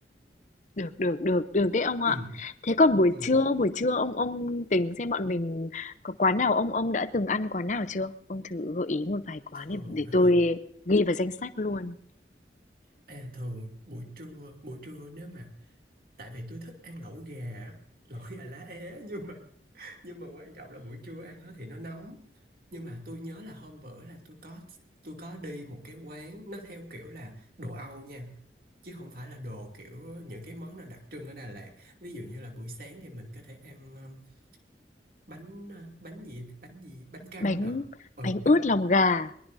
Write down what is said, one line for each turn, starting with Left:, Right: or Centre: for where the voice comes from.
Left: Được, được, được, được đấy ông ạ.
Right: Ừ,
Left: Thế còn buổi
Right: ừ.
Left: trưa, buổi trưa ông ông tính xem bọn mình có quán nào ông ông đã từng ăn quán nào chưa? Ông thử gợi ý một vài quán
Right: Thường
Left: để, để
Right: á
Left: tôi
Right: hả?
Left: ghi vào danh sách luôn.
Right: Ê, thường buổi trưa, buổi trưa nếu mà tại vì tôi thích ăn lẩu gà, á, lẩu gà lá é nhưng mà nhưng mà quan trọng là buổi trưa ăn nó thì nó nóng. Nhưng mà tôi nhớ là hôm bữa là tôi có tôi có đi một cái quán nó theo kiểu là đồ Âu nha chứ không phải là đồ kiểu những cái món nào đặc trưng ở Đà Lạt ví dụ như là buổi sáng thì mình có thể ăn um, bánh uh, bánh gì bánh gì bánh căn
Left: Bánh
Right: hả ừ
Left: bánh
Right: bánh
Left: ướt lòng gà.